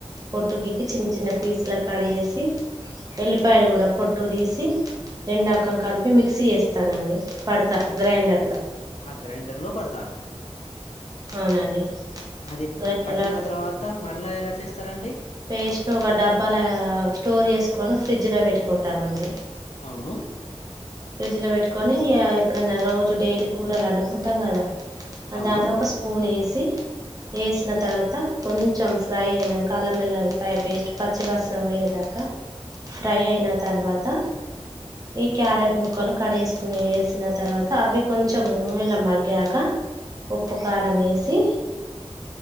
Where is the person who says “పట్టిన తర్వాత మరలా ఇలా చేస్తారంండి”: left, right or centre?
Left